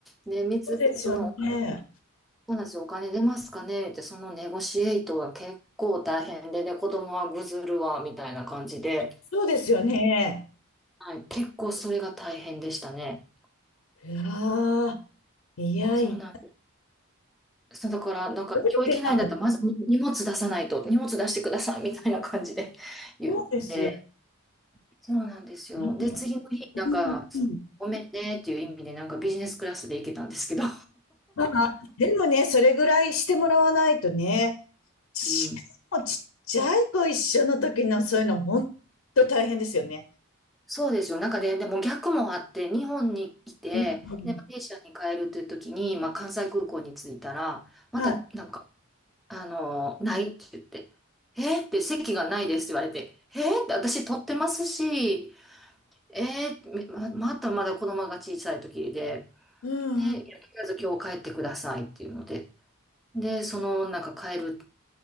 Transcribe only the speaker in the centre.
で、見つけ、
その、そうなんですよ。お金出ますかねって、そのネゴシエイトが結構大変で、で、子供はぐずるわ、みたいな感じで、
はい、結構それが大変でしたね。
そうなんです。そうだから、なんか、
今日行けないんだったら、まず荷物出さないと、荷物出してください、みたいな感じで <laughs> 言って、
そうなんですよ。
で、次の日、なんか、
ごめんねっていう意味で、なんかビジネスクラスで行けたんですけど、
<laughs> うん。
そうですよ。なんかね、でも逆もあって、日本に来て、
で、マレーシアに帰るという時に、まあ、関西空港に着いたら、また、
なんか、あのーないって言って、えーって席がないですって言われて、えーって私取ってますし、えー、ま、またまだ子供が小さい時で、
で、いやとりあえず今日帰ってくださいっていうので、で、その、なんか帰る